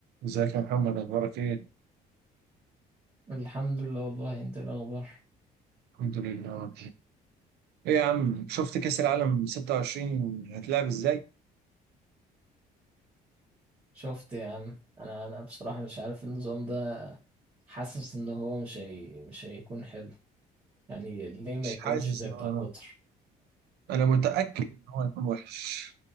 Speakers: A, on the right; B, on the right.
A: ازيك يا محمد اخبارك ايه؟
B: الحمد لله والله انت إيه الاخبار
A: الحمد لله ايه يا عم شفت كأس العالم 26 هتلعب ازاي؟
B: شفت يا عم انا انا بصراحة مش عارف النظام ده حاسس ان هو مش هي... مش هيكون حلو يعني ليه ما
A: مش
B: يكونش
A: حاسس
B: زي
A: ان
B: بتاع
A: انا
B: قطر
A: انا متأكد ان هو هيكون وحش